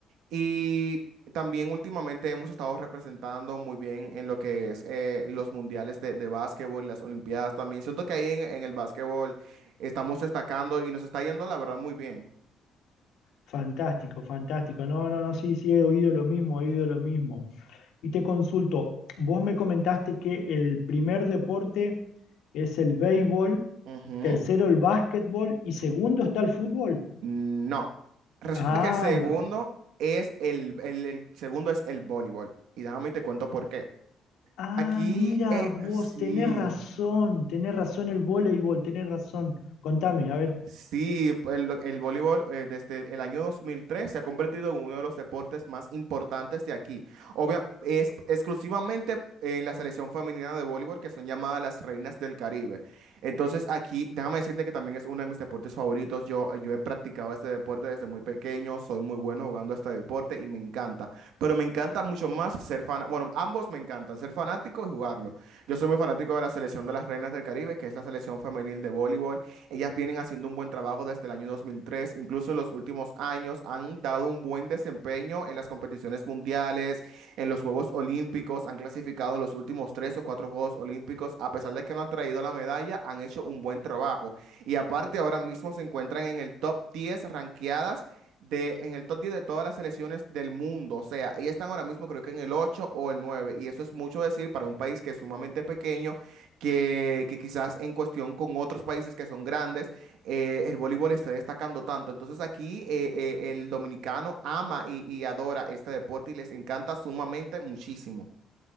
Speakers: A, on the right; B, on the left.
A: Y también últimamente hemos estado representando muy bien en lo que es eh, los mundiales de, de básquetbol, las olimpiadas también. Siento que ahí en, en el básquetbol estamos destacando y nos está yendo, la verdad, muy bien.
B: Fantástico, fantástico. No, no, no, sí, sí, he oído lo mismo, he oído lo mismo. Y te consulto, vos me comentaste que el primer deporte es el béisbol,
A: Ujú.
B: tercero el básquetbol y segundo está el fútbol.
A: No. Resulta
B: Ah,
A: que el segundo
B: ahí va.
A: es el, el- el segundo es el voleibol. Y déjame y te cuento por qué.
B: Ah,
A: Aquí,
B: mira
A: eh,
B: vos,
A: sí.
B: tenés razón, tenés razón el voleibol, tenés razón. Contame, a ver.
A: Sí, el, el voleibol eh, desde el año 2003 se ha convertido en uno de los deportes más importantes de aquí. Obvia, es exclusivamente en la selección femenina de voleibol que son llamadas las reinas del Caribe. Entonces aquí, déjame decirte que también es uno de mis deportes favoritos. Yo, yo he practicado este deporte desde muy pequeño, soy muy bueno jugando este deporte y me encanta. Pero me encanta mucho más ser fan. bueno, ambos me encantan, ser fanático y jugarlo. Yo soy muy fanático de la selección de las reinas del Caribe, que es la selección femenil de voleibol. Ellas vienen haciendo un buen trabajo desde el año 2003, incluso en los últimos años han dado un buen desempeño en las competiciones mundiales, en los Juegos Olímpicos, han clasificado en los últimos tres o cuatro Juegos Olímpicos, a pesar de que no han traído la medalla, han hecho un buen trabajo. Y aparte ahora mismo se encuentran en el top 10 ranqueadas de, en el top 10 de todas las selecciones del mundo. O sea, ellas están ahora mismo creo que en el 8 o el nueve Y eso es mucho decir para un país que es sumamente pequeño que, que quizás en cuestión con otros países que son grandes, eh, el voleibol esté destacando tanto. Entonces aquí eh, eh, el dominicano ama y, y adora este deporte y les encanta sumamente muchísimo.